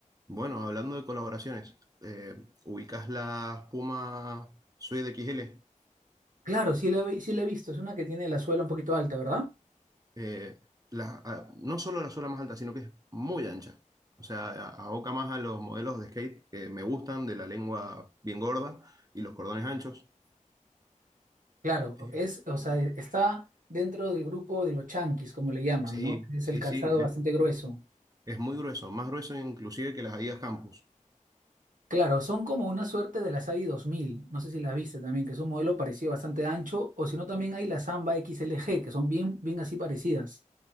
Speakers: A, on the right; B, on the right.
A: Bueno, hablando de colaboraciones, eh, ¿ubicás las Puma Suede XL?
B: Claro, sí la, vi- sí la he visto. Es una que tiene la suela un poquito alta, ¿verdad?
A: eh, la- a- no solo la suela más alta, sino que es muy ancha. O sea, a- aboca más a los modelos de skate que me gustan, de la lengua bien gorda y los cordones anchos.
B: Claro,
A: Eh,
B: es, o sea, está dentro del grupo de los chanquis, como le llaman,
A: sí,
B: ¿no? Es
A: sí,
B: el calzado
A: sí, es,
B: bastante grueso.
A: es muy grueso, más grueso inclusive que las Adidas Campus.
B: Claro, son como una suerte de la Sadi 2000, no sé si la viste también, que es un modelo parecido bastante ancho, o si no también hay la Samba XLG, que son bien, bien así parecidas.